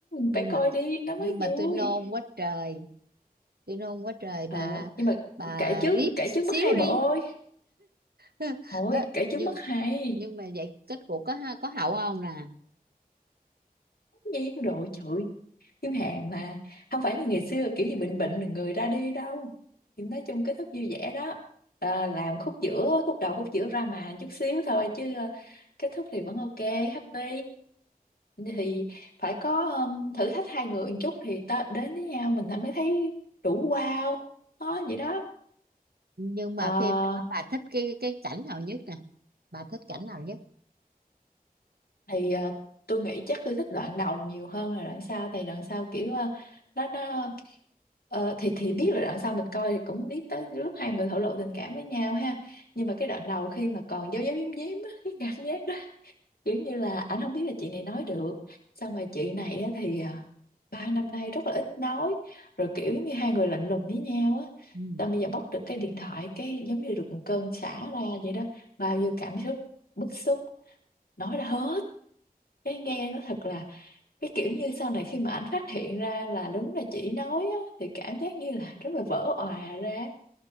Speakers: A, on the right; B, on the left.
A: nhưng
B: phải coi
A: mà
B: đi nó mới
A: nhưng mà
B: vui
A: tôi nôn quá trời tôi nôn quá trời
B: ờ
A: bà
B: nhưng mà
A: bà
B: kể trước
A: riết
B: kể
A: xíu
B: trước mất hay bà
A: đi
B: ơi
A: <laughs>
B: thôi
A: Có-
B: kể trước
A: nhưng
B: mất hay
A: nhưng mà vậy kết cục có ha- có hậu không nè
B: Tất nhiên rồi trời kiếm hàng mà không phải như ngày xưa kiểu như bệnh bệnh rồi người ra đi đâu thì nói chung kết thúc vui vẻ đó à, làm khúc giữa khúc đầu khúc giữa ra mà chút xíu thôi chứ ờ, kết thúc thì vẫn ok happy thì phải có um, thử thách hai người một chút thì ta đến với nhau mình mới thấy đủ wow đó vậy đó
A: nhưng mà
B: Ờ,
A: phim đó bà thích cái cái cảnh nào nhất nè bà thích cảnh nào nhất
B: thì à, tôi nghĩ chắc tôi thích đoạn đầu nhiều hơn là đoạn sau tại đoạn sau kiểu à, nó nó ờ, thì thì biết là đoạn sau mình coi thì cũng biết tới lúc hai người thổ lộ tình cảm với nhau ha nhưng mà cái đoạn đầu khi mà còn giấu giấu giếm giếm á cái cảm giác đó kiểu như là ảnh không biết là chị này nói được xong rồi chị này á thì à, ba năm nay rất là ít nói rồi kiểu giống như hai người lạnh lùng với nhau á
A: ừ.
B: xong bây giờ bóc được cái điện thoại cái giống như được một cơn xả ra vậy đó bao nhiêu cảm xúc bức xúc nói ra hết cái nghe nó thật là cái kiểu như sau này khi mà ảnh phát hiện ra là đúng là chỉ nói á, thì cảm giác như là rất là vỡ òa ra